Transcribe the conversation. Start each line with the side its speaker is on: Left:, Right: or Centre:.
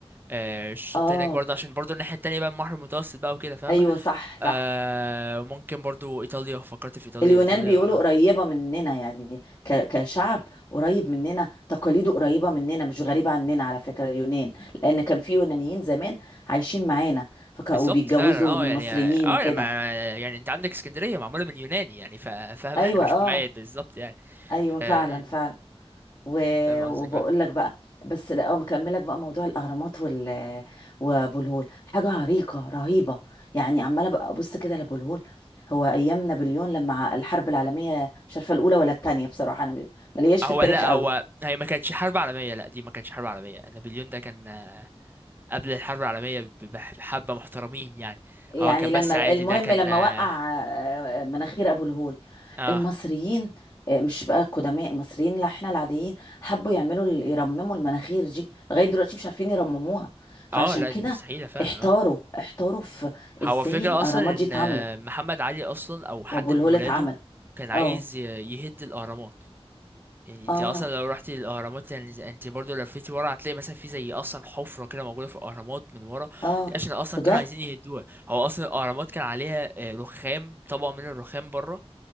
Right: آه الشط
Left: اه
Right: هناك برضو عشان برضو الناحية التانية بقى البحر المتوسط بقى وكده فاهمة
Left: ايوه صح صح
Right: آه ممكن برضو ايطاليا فكرت في ايطاليا
Left: اليونان
Right: ايطاليا
Left: بيقولوا قريبة مننا يعني ك... كشعب قريب مننا تقاليده قريبة مننا مش غريبة عننا على فكرة اليونان لأن كان في يونانيين زمان عايشين معانا فكانوا
Right: بالظبط
Left: وبيتجوزوا
Right: فعلا اه
Left: من
Right: يعني
Left: مصريين
Right: اه
Left: وكده
Right: يعني ما يعني انت عندك اسكندرية معمولة من يوناني يعني فا- فاهم
Left: أيوة
Right: احنا مش
Left: اه
Right: بعيد بالظبط يعني
Left: أيوة
Right: ف-
Left: فعلا
Right: م-
Left: فعلا
Right: م.
Left: و...
Right: فاهم قصدك
Left: وبقول
Right: اه
Left: لك بقى بس لا مكملك بقى موضوع الاهرامات وال وابو الهول حاجه عريقه رهيبه يعني عماله بقى ابص كده لابو الهول هو ايام نابليون لما ع- الحرب العالميه مش عارفه الاولى ولا الثانيه بصراحه انا مالياش في
Right: هو
Left: التاريخ
Right: لا
Left: قوي
Right: هو هي ما كانتش حرب عالمية لا دي ما كانتش حرب عالمية نابليون ده كان قبل الحرب العالمية ب- بح- بحبة محترمين يعني
Left: يعني
Right: هو كان
Left: لما
Right: بس عادي
Left: المهم
Right: ده كان
Left: لما
Right: اه
Left: وقع آه، مناخير ابو الهول
Right: اه
Left: المصريين آه، مش بقى القدماء المصريين اللي احنا العاديين حبوا يعملوا ال- يرمموا المناخير دي لغايه دلوقتي مش عارفين يرمموها فعشان
Right: آه، لا
Left: كده
Right: دي مستحيلة فعلا
Left: احتاروا
Right: اه
Left: احتاروا في ازاي
Right: هو الفكرة
Left: الاهرامات
Right: اصلا
Left: دي
Right: ان
Left: اتعملت
Right: آه، محمد علي اصلا او حد
Left: وابو الهول
Right: من ولاده
Left: اتعمل
Right: كان عايز
Left: اه
Right: ي- يهد الاهرامات يعني
Left: اه
Right: انت اصلا لو رحتي الاهرامات يعني زي- انت برضو لفيتي ورا هتلاقي مثلا في زي اصلا حفرة كده موجودة في الاهرامات من ورا
Left: اه
Right: دي عشان اصلا
Left: بجد
Right: كانوا عايزين يهدوها هو اصلا الاهرامات كان عليها آه، رخام طبقة من الرخام بره